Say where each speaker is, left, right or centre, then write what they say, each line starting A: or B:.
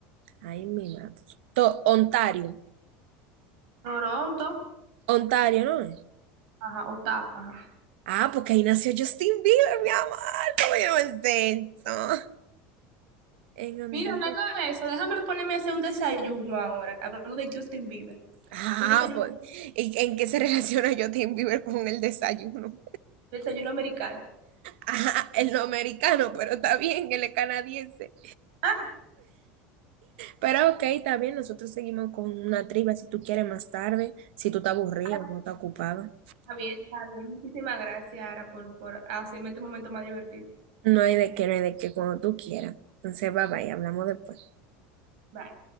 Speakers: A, on the right; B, on the right.
A: Ay, mi madre. To- Ontario.
B: Toronto,
A: Ontario, ¿no? es?
B: ajá, Ottawa, ajá.
A: Ah, porque ahí nació Justin Bieber, mi amor. ¿Cómo yo no sé eso? En Ontario.
B: Mira, hablando de eso, déjame ponerme a hacer un desayuno ahora, hablando de Justin Bieber,
A: Ah,
B: un desayuno,
A: pues. ¿Y en qué se relaciona Justin Bieber con el desayuno?
B: desayuno americano.
A: Ajá, él no es americano, pero está bien, él es canadiense.
B: Ah,
A: Pero ok, está bien, nosotros seguimos con una triba si tú quieres más tarde, si tú estás aburrida
B: ah,
A: o no estás ocupada.
B: está bien, está bien. Muchísimas gracias, Ara, por, por hacerme este momento más divertido.
A: No hay de qué, no hay de qué, cuando tú quieras. Entonces, bye bye, hablamos después.
B: Bye.